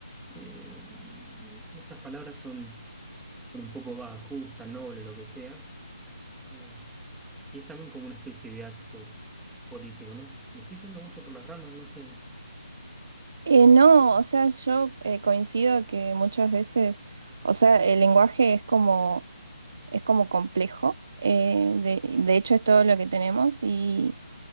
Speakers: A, in the centre; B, on the right.
A: Eh, estas palabras son bueno, un poco va justa, noble, lo que sea. Eh, y es también como una especie de acto político, ¿no? Me estoy yendo mucho por las ramas, no sé.
B: Eh, no, o sea, yo eh, coincido que muchas veces, o sea, el lenguaje es como, es como complejo, eh, de, de hecho es todo lo que tenemos y,